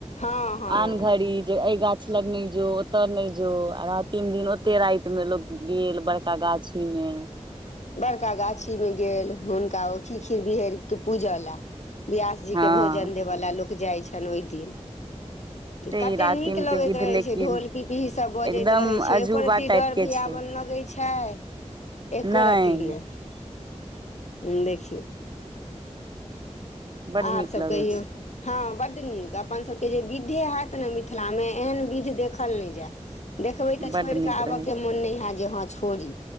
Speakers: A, on the left; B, on the right.
A: हँ हँ
B: आन घरी जे अय गांव गाछ लग नहि जो ओत नहि जो आ रहा तीन दिन ओते राति में लोग गेल बड़का गाछी में। <inaudible>
A: बड़का गाछीमे गेल हुनका ओ खीखीर बिहड़ कऽ पूजय ला। बियास जी
B: हँ
A: के भोजन देवयला लोक जाइ छल ओहि दिन। कते
B: ई रातिम
A: नीक लगैत
B: के विध
A: रहै
B: लेकिन
A: छैय ढोल पिपही सब बजैत
B: एकदम
A: रहै छैय
B: अजूबा
A: एको रती
B: टाइप
A: डर
B: के
A: भैयाबन
B: छै
A: हाय छैय एको
B: नहि
A: रती नही देखियौ।
B: बड
A: आर
B: नीक
A: सभ
B: लगै
A: कहियौ। हँ बड नीक अपन सबके जे विधे हैत ने मिथिला मे एहन विध देखल नहि जायत। देखबै
B: छै
A: तऽ
B: बड
A: छोड़
B: नीक
A: कऽ आबयके
B: रहै
A: मोन नहि हैत जे हँ छोड़ी।